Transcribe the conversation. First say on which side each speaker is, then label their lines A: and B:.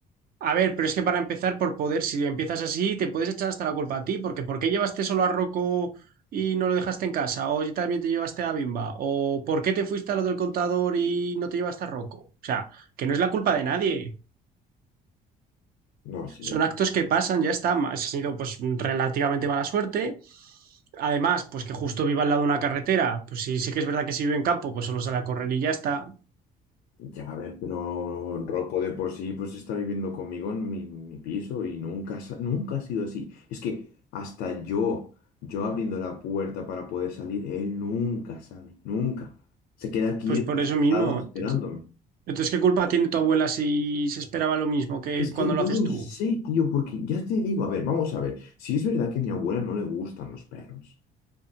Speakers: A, on the right; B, on the left.
A: A ver, pero es que para empezar, por poder, si empiezas así, te puedes echar hasta la culpa a ti, porque ¿por qué llevaste solo a Rocco y no lo dejaste en casa? ¿O también te llevaste a Bimba? ¿O por qué te fuiste a lo del contador y no te llevaste a Rocco? O sea, que no es la culpa de nadie.
B: No sé,
A: Son actos que pasan, ya está. Ha sido pues relativamente mala suerte. Además, pues que justo viva al lado de una carretera, pues sí, sí que es verdad que si vive en campo, pues solo sale a correr y ya está.
B: ya a ver, pero Rocco de por sí, pues está viviendo conmigo en mi, mi piso y nunca, sa- nunca ha sido así. Es que hasta yo, yo abriendo la puerta para poder salir, él nunca sale, nunca. Se queda quieto,
A: Pues por
B: sentado,
A: eso mismo.
B: esperándome.
A: Entonces, ¿qué culpa tiene tu abuela si se esperaba lo mismo que
B: Es que
A: cuando lo
B: no
A: haces
B: lo
A: tú?
B: sé, tío, porque ya te digo, a ver, vamos a ver. Si es verdad que a mi abuela no le gustan los perros.